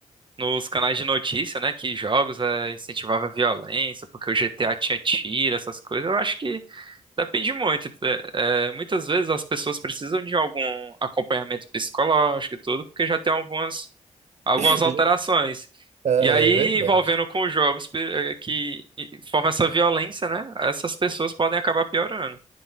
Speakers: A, on the right (about 40°); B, on the right (about 60°).
A: nos canais de notícia, né? Que jogos é, incentivava a violência, porque o GTA tinha tiro, essas coisas. Eu acho que depende muito. É, é, muitas vezes as pessoas precisam de algum acompanhamento psicológico e tudo, porque já tem algumas algumas
B: <laughs>
A: alterações.
B: Ah, é
A: E aí,
B: verdade.
A: envolvendo com jogos pe- eh, que formam essa violência, né? Essas pessoas podem acabar piorando.